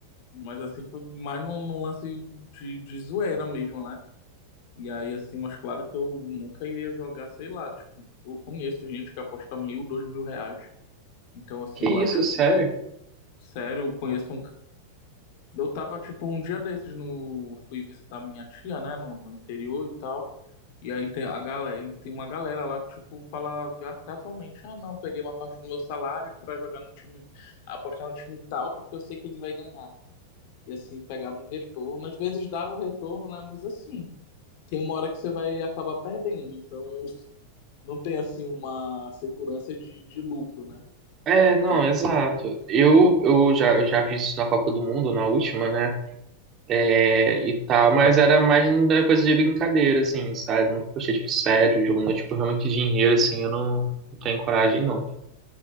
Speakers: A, on the left; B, on the right.
A: Mas assim, foi mais num, num lance de, de zoeira mesmo, né? E aí, assim, mas claro que eu nunca iria jogar, sei lá, tipo, eu conheço gente que aposta mil, dois mil reais. Então, assim,
B: Que
A: eu acho
B: isso, sério?
A: que, sério, eu conheço um. Eu tava, tipo, um dia desses no. Fui visitar minha tia, né, no, no interior e tal. E aí tem a galera, tem uma galera lá que, tipo, fala ah, casualmente, ah, não, peguei uma parte do meu salário pra jogar no time, apostar no time tal, porque eu sei que ele vai ganhar. E assim, pegava um retorno. Às vezes dava um retorno, né? Mas assim, tem uma hora que você vai acabar perdendo. Então, não tem assim uma segurança de, de lucro, né?
B: É, não,
A: Então,
B: exato. Eu, eu já, eu já fiz isso na Copa do Mundo, na última, né? É, e tal, mas era mais uma coisa de brincadeira, assim, sabe? Nunca postei, tipo, sério, jogando, tipo, realmente dinheiro, assim, eu não, não tenho coragem, não.